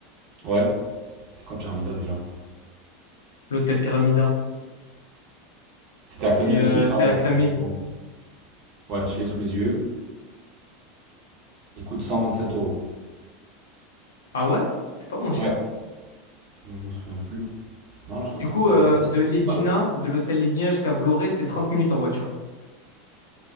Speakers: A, on the right (about 45°); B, on the left (about 65°).
A: Ouais. C'était quoi Pyramida déjà?
B: L'hôtel Pyramida.
A: C'était à Xamil
B: Et
A: aussi?
B: euh, c'était
A: Ah ouais,
B: à Axamil.
A: c'est c'est bon. Ouais, Ouais, je l'ai sous les yeux. Il coûte 127 euros.
B: Ah ouais? C'était pas moins cher.
A: Ouais. Moi, je m'en souviens plus. Non, là, je crois
B: Du
A: que
B: coup,
A: c'est 127.
B: euh, de Legina, de l'hôtel Legina jusqu'à Vloré, c'est 30 minutes en voiture.